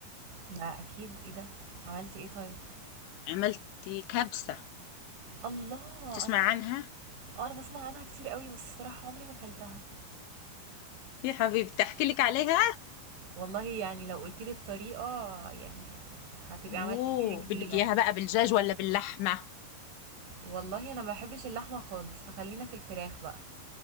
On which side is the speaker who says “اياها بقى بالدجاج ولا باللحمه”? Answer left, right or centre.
Left